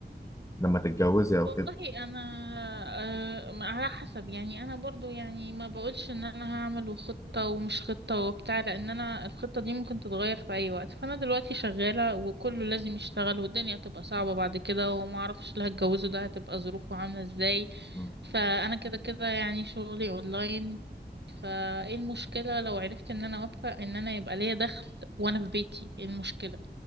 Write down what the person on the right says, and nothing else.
والله
انا آه، على حسب يعني انا برضو يعني ما بقولش ان انا هعمل خطة ومش خطة وبتاع لان انا الخطة دي ممكن تتغير في اي وقت فانا دلوقتي شغالة وكله لازم يشتغل والدنيا هتبقى صعبة بعد كده وما اعرفش اللي هتجوزه ده هتبقى ظروفه عاملة ازاي
فانا كده كده يعني شغلي اونلاين فايه المشكلة لو عرفت ان انا اوفق ان انا يبقى ليا دخل وانا في بيتي إيه المشكلة